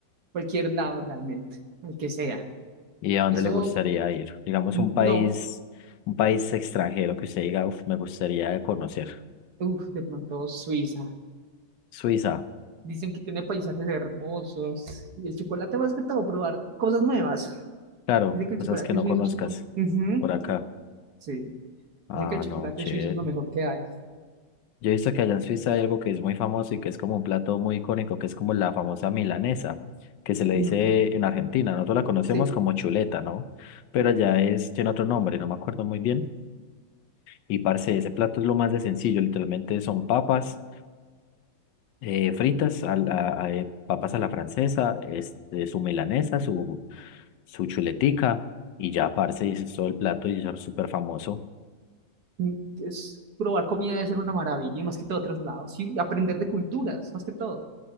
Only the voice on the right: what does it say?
cualquier lado realmente, al que sea.
Eso,
n-
no,
uff, de pronto Suiza.
Dicen que tiene paisajes hermosos. Y el chocolate más que todo, probar cosas nuevas.
Dicen que el
chocolate
suizo
es no. Ujú,
Sí.
Dicen que el chocolate
suizo es lo mejor que hay.
Ujú,
Sí.
Mm, Es, probar comida debe ser una maravilla, y más que todo otros lados. Y aprender de culturas, más que todo.